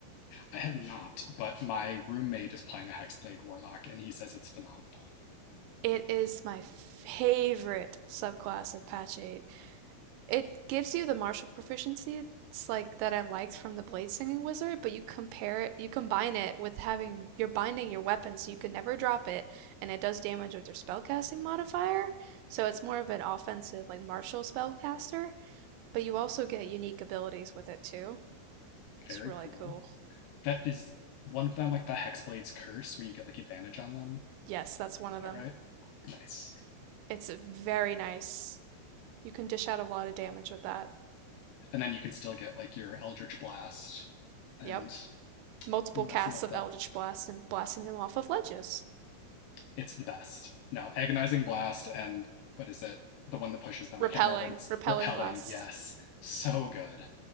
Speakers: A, on the left; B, on the right.
A: I have not, but my roommate is playing a hexblade warlock, and he says it's phenomenal.
B: It is my favorite subclass of Patch 8. It gives you the martial proficiency it's like that I liked from the Blade Singing Wizard, but you compare it, you combine it with having you're binding your weapon so you can never drop it, and it does damage with your spellcasting modifier. So it's more of an offensive, like martial spellcaster, but you also get unique abilities with it too. It's
A: Very
B: really
A: cool.
B: cool.
A: That is one of them, like the hexblade's curse, where you get like advantage on them.
B: Yes, that's one
A: Is
B: of them.
A: that right? Nice.
B: It's very nice. You can dish out a lot of damage with that.
A: And then you can still get like your eldritch blast and
B: Yep. Multiple
A: mess
B: casts
A: them up
B: of
A: that
B: Eldritch Blast and blasting them off of ledges.
A: it's the best. No, agonizing blast and what is it? The one that pushes them.
B: Repelling,
A: I can't remember what it's
B: repelling
A: repelling.
B: blasts.
A: Yes. So good.